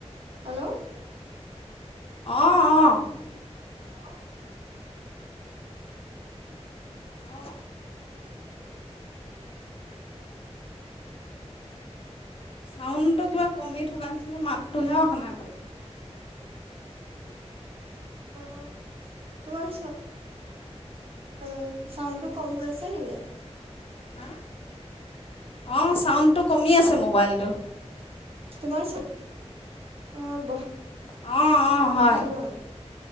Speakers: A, on the right; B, on the left.
A: হেল্লৌ'
B: অঁ অঁ'
A: অ'
B: অঁ' চাউণ্ডটো কিবা কমি থকাৰ নিচিনা, মাতটোহে অহা নাই ভালকে।
A: অঁ, তোমাৰ চা- অ, চাউণ্ডটো কম হৈ আছে নেকি?
B: হাঁ? অঁ' চাউণ্ডটো কমি আছে মোবাইলটো।
A: তোমাৰ চা অঁ বহা-
B: অঁ' অঁ' হয়
A: হাই লোৱা।